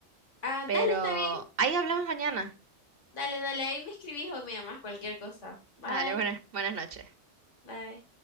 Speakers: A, on the left; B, on the right.
A: Ah,
B: pero
A: dale, está bien.
B: ahí hablamos mañana.
A: Dale, dale, ahí me escribís o me llamás cualquier cosa. Bye,
B: Dale, buenas, buenas noches.
A: bye.